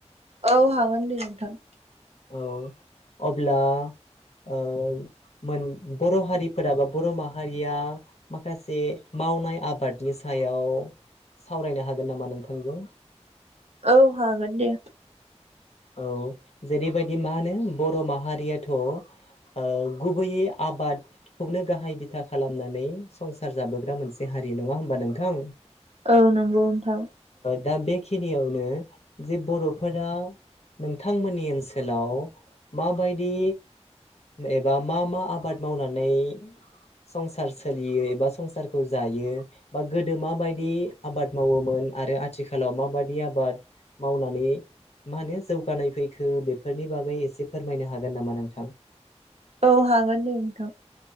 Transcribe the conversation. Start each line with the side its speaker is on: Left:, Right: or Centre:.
Right: औ हागोन दे नोंथां,
Left: औ अब्ला ओ मोन बर' हारिफोरा बा बर' माहारिया माखासे, मावनाय आबादनि सायाव, सावरायना हागोन नामा नोंथांजों?
Right: औ हागोन दे
Left: औ जेरैबायदि मानो बर' माहारियाथ' आ गुबैयै आबादखौनो गाहाय बिथा खालामनानै संसार जाबोग्रा मोनसे हा हारि नङा होमबा नोंथां,
Right: औ नंगौ नोंथां,
Left: दा बेखिनियावनो जे बर'फोरा, नोंथांमोननि ओनसोलाव माबायदि, एबा मा मा आबाद मावनानै, संसार सोलियो एबा संसारखौ जायो बा गोदो माबायदि आबाद मावोमोन आरो आथिखालाव माबादि आबाद मावनानै मा होनो जौगानाय फैखो बेफोरनि बागै एसे फोरमायनो हागोन नामा नोंथां
Right: औ हागोन दे नोंथां